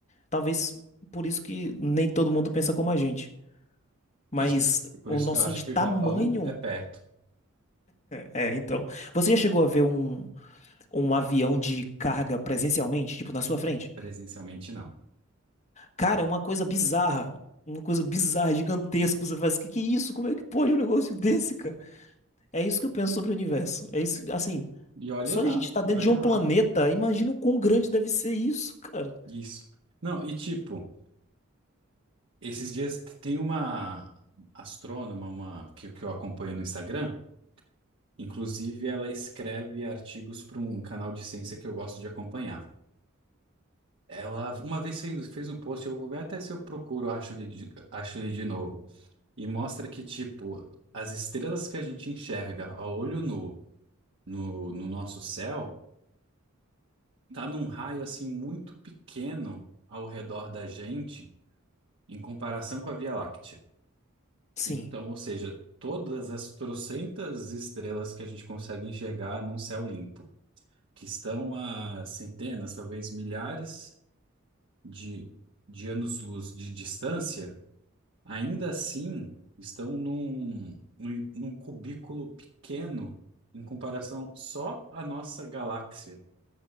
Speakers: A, on the left; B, on the right.
A: Talvez por isso que nem todo mundo pensa como a gente. Mas
B: Isso. E Por
A: o
B: isso
A: noção
B: que eu acho
A: de
B: que
A: tamanho.
B: o Japão é perto,
A: É, então. Você já chegou a ver um, um avião de carga presencialmente, tipo, na sua frente?
B: presencialmente não.
A: Cara, é uma coisa bizarra. Uma coisa bizarra, gigantesca. Você faz, que que é isso? Como é que pode um negócio desse, cara? É isso que eu penso sobre o universo. É isso, assim,
B: E olhe
A: só
B: lá,
A: de a gente estar
B: e
A: dentro
B: olhe
A: de um
B: lá.
A: planeta, imagina o quão grande deve ser isso, cara.
B: Isso. Não, e tipo, esses dias t- tem uma astrônoma, uma que, que eu acompanho no Instagram, inclusive ela escreve artigos para um canal de ciência que eu gosto de acompanhar. Ela uma vez fez, fez um post, eu vou ver até se eu procuro, acho ele de, acho ele de novo, e mostra que, tipo, as estrelas que a gente enxerga a olho nu no, no nosso céu, tá num raio assim muito pequeno ao redor da gente. em comparação com a Via Láctea.
A: Sim.
B: Então, ou seja, todas as trocentas estrelas que a gente consegue enxergar num céu limpo, que estão a centenas, talvez milhares de, de anos-luz de distância, ainda assim estão num, num, num cubículo pequeno em comparação só à nossa galáxia.